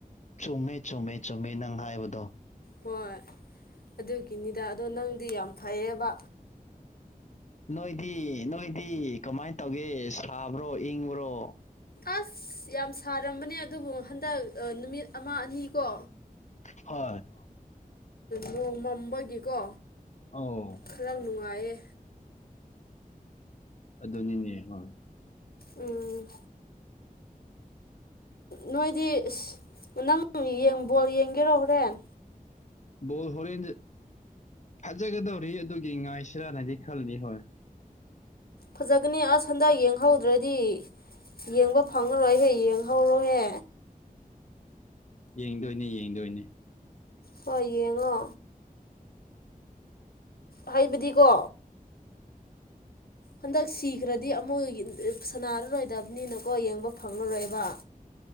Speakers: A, on the left; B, on the left.
A: ꯆꯨꯝꯃꯦ ꯆꯨꯝꯃꯦ ꯆꯨꯝꯃꯦ ꯅꯪ ꯍꯥꯏꯕꯗꯣ
B: ꯍꯣꯏ ꯑꯗꯨꯒꯤꯅꯤꯗ ꯑꯗꯣ ꯅꯪꯗꯤ ꯌꯥꯝ ꯐꯩꯌꯦꯕ
A: ꯅꯣꯏꯗꯤ ꯅꯣꯏꯗꯤ ꯀꯃꯥꯏꯅ ꯇꯧꯒꯦ ꯁꯥꯕ꯭ꯔꯣ ꯏꯪꯕ꯭ꯔꯣ
B: ꯑꯁ ꯌꯥꯝ ꯁꯥꯔꯝꯕꯅꯦ ꯑꯗꯨꯕꯨ ꯍꯟꯗꯛ ꯅꯨꯃꯤꯠ ꯑꯃ ꯑꯅꯤ ꯀꯣ
A: ꯍꯣꯏ
B: ꯅꯣꯡ ꯃꯝꯕꯒꯤꯀꯣ
A: ꯑꯣ
B: ꯈꯔ ꯅꯨꯡꯉꯥꯏꯌꯦ
A: ꯑꯗꯨꯅꯤꯅꯦ ꯍꯣꯏ
B: ꯎꯝ ꯅꯣꯏꯗꯤ ꯑꯁ ꯅꯪ ꯌꯦꯡ ꯕꯣꯜ ꯌꯦꯡꯒꯦꯔꯣ ꯍꯣꯔꯦꯟ
A: ꯕꯣꯜ ꯍꯣꯔꯦꯟꯗꯤ ꯐꯖꯒꯗꯧꯔꯤ ꯑꯗꯨꯒꯤ ꯉꯥꯏꯁꯤꯔꯅꯗꯤ ꯈꯜꯂꯤ ꯍꯣꯏ
B: ꯐꯖꯒꯅꯤ ꯑꯁ ꯍꯟꯗꯛ ꯌꯦꯡꯍꯧꯗ꯭ꯔꯗꯤ ꯌꯦꯡꯕ ꯐꯪꯉꯔꯣꯏꯍꯦ ꯌꯦꯡꯍꯧꯔꯣꯍꯦ
A: ꯌꯦꯡꯗꯣꯏꯅꯦ ꯌꯦꯡꯗꯣꯏꯅꯦ
B: ꯍꯣꯏ ꯌꯦꯡꯉꯣ ꯍꯥꯏꯕꯗꯤꯀꯣ ꯍꯟꯗꯛ ꯁꯤꯈ꯭ꯔꯗꯤ ꯑꯃꯨꯛ ꯌꯨ ꯁꯅꯥꯔꯔꯣꯏꯗꯕꯅꯤꯅꯀꯣ ꯌꯦꯡꯕ ꯐꯪꯂꯔꯣꯏꯕ